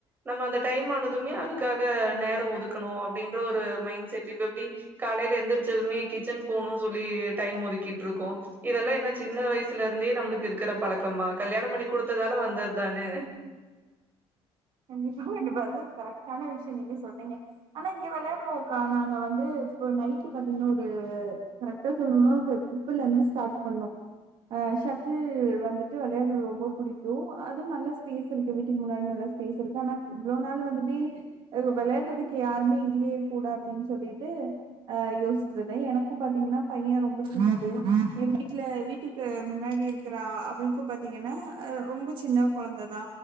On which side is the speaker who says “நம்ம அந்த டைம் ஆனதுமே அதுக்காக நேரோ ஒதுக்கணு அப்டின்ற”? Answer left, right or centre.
Right